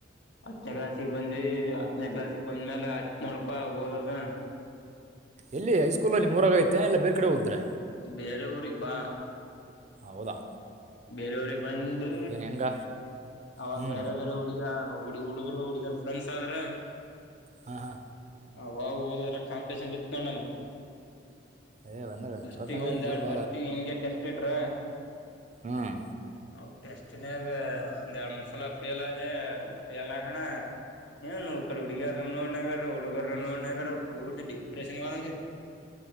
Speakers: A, on the left; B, on the right.
A: ಹತ್ತನೇ ಕ್ಲಾಾಸಿಗೆ ಬಂದ್ವಿ ಹತ್ತನೇ ಕ್ಲಾಾಸಿಗೆ ಬಂದ್ಮೇಲೆ ಹತ್ ನೋಡಪ ಹೋದದ
B: ಎಲ್ಲಿ ಹೈಸ್ಕೂಲ್ ಅಲ್ಲಿ ನಿಮೂರಾಗ ಐತೆ ಇಲ್ಲ ಬೇರೆ ಕಡೆ ಹೋದ್ರೆ
A: ಬೇರೆ ಊರಿಗೆರಿಗೆ ಬಾ
B: ಹೌದಾ
A: ಬೇರವ್ರಗ್ ಬಂದು
B: ಏನು ಹೆಂಗ
A: ಅವಾಗ
B: ಹ್ಞೂ
A: ಬೇರೆ ಬೇರೆ ಹುಡುಗ ಹುಡುಗ ಹುಡುಗರು ಹುಡುಗರ್ ಫ್ರೆಂಡ್ಸ್ ಆದ್ರೆ
B: ಹಾ ಹಾ
A: ಅವಾಗ ಓದದ್ರ ಕಾಂಪಿಟೇಷನ್ ಬಿತ್ತ ನೋಡ್ ನಮಗ
B: ಏ ಬಂದ
A: ಫಸ್ಟಗ
B: ಚಲೋತ್ನಾಗ ಆಗಿತ್ತು
A: ಒಂದ್
B: ಬಿಡಪ್ಪ
A: ಎರಡು ಫಸ್ಟ್ ಹಿಂಗಗೆ ಟೆಸ್ಟ್ ಇಟ್ರ
B: ಹ್ಮ್
A: ಅವ್ ಟೇಸ್ಟ್ನಗ ಒಂದ್ ಎರಡ್ ಮೂರ್ ಸಲ ಫೇಲ್ ಅದೇ ಫೇಲಾಗನ್ನ ಅಲ್ಣ ಏನುವು ಇಕ್ಕಡೆ ಹುಡಿಗರು ನೋಡ್ ನಗರು ಹುಡುಗರು ನೋಡಿನಗರು ಪೂರ್ತಿ ಡಿಪ್ರೆಷನ್ ಗೆ ಹೋದಾಗಹಾತ್ತು